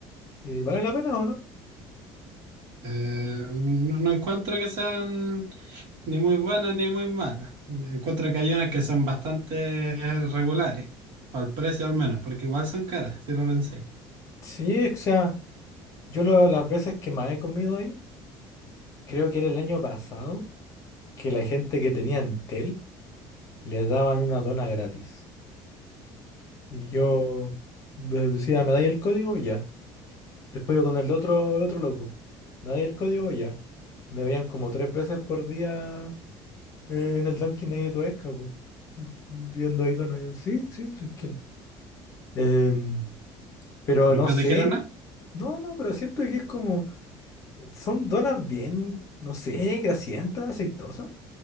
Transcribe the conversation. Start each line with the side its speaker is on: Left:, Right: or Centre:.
Left: ¿Y vale la pena o no?
Right: Eh, no, no encuentro que sean Ni muy buenas ni muy malas. Yo Encuentro que hay unas que son bastante regulares, para el precio al menos, porque igual son caras, si lo pensáis.
Left: Sí, o sea, yo lo- las veces que más he comido ahí, creo que era el año pasado, que la gente que tenía Entel le daban una dona gratis. Y yo de- decía, ¿me dais el código? Ya. Después iba con el otro, el otro loco. Me dais el código ya. Me veían como tres veces por día eh, en el Dunkin' ahí de Toesca, po. Viendo ahí Dona. Yo, sí, sí, tranquilo. Em, pero
Right: ¿Nunca
Left: no sé.
Right: te dijeron nada?
Left: No, no, pero siento que es como. Son donas bien, no sé, grasientas, aceitosas.